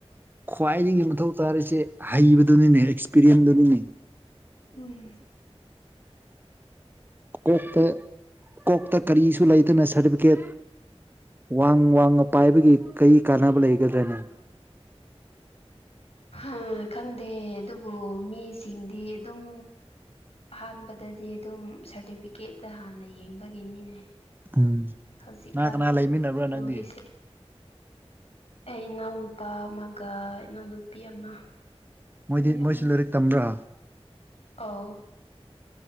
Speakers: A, on the right; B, on the left.
A: ꯈ꯭ꯋꯥꯏꯗꯒꯤ ꯃꯊꯧ ꯇꯥꯔꯤꯁꯦ ꯍꯩꯕꯗꯨꯅꯤꯅꯦ ꯑꯦꯛꯁꯄꯤꯔꯤꯌꯦꯟꯗꯨꯅꯤꯅꯦ꯫
B: ꯎꯝ
A: ꯀꯣꯛꯇ ꯀꯣꯛꯇ ꯀꯔꯤꯁꯨ ꯂꯩꯗꯅ ꯁꯥꯔꯇꯤꯐꯤꯀꯦꯠ꯫ ꯋꯥꯡ ꯋꯥꯡꯃ ꯄꯥꯏꯕꯒꯤ ꯀꯔꯤ ꯀꯥꯟꯅꯕ ꯂꯩꯒꯗ꯭ꯔꯦꯅꯦ
B: ꯑ ꯈꯪꯗꯦ ꯑꯗꯨꯕꯨ ꯃꯤꯁꯤꯡꯗꯤ ꯑꯗꯨꯝ ꯑꯍꯥꯟꯕꯗꯗꯤ ꯑꯗꯨꯝ ꯁꯥꯔꯇꯤꯐꯤꯀꯦꯠꯇ ꯍꯥꯟꯅ ꯌꯦꯡꯕꯒꯤꯅꯤꯅꯦ꯫
A: ꯎꯝ꯫
B: ꯍꯧꯖꯤꯛꯀꯥꯟꯗꯤ
A: ꯀꯅꯥ ꯀꯅꯥ ꯂꯩꯃꯤꯟꯅꯕ꯭ꯔꯥ
B: ꯂꯨꯔꯤꯁꯦ꯫
A: ꯅꯪꯗꯤ
B: ꯑꯩ ꯏꯅꯥꯎꯅꯨꯄꯥ ꯑꯃꯒ ꯏꯅꯥꯎꯅꯨꯄꯤ ꯑꯃ꯫
A: ꯃꯣꯏꯗꯤ
B: ꯃꯤ
A: ꯃꯣꯏꯁꯨ
B: ꯑꯍꯨꯝ
A: ꯂꯥꯏꯔꯤꯛ ꯇꯝꯕ꯭ꯔꯥ
B: ꯑꯧ